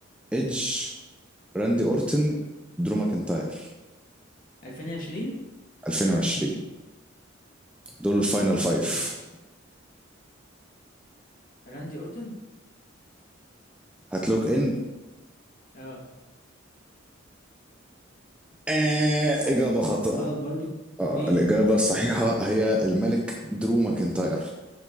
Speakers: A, in the centre; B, on the left.
A: ايدج راندي اورتن درو ماكنتاير
B: 2020
A: 2020 دول الفاينل فايف
B: راندي اورتون
A: هتلوك ان
B: اه
A: آه اجابه خاطئه
B: غلط برضو
A: اه
B: مين
A: الاجابه الصحيحه هي الملك درو ماكنتاير